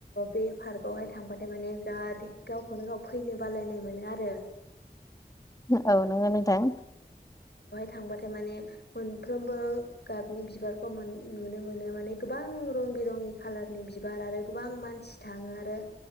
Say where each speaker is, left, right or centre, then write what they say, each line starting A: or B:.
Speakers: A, on the left; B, on the left.
A: बे पार्क आावहाय थांबाथाय माने बिराद गावखौनो गाव फैनो बालायनाय मोनो आरो।
B: औ नोंगौ नोंथां।
A: थांबथाय माने मोनफ्रोमबो गाबनि बिबारखौ मोनो माने गोबां रं बिरंनि खालारनि बिबार आरो गोबां मानसि थाङो आरो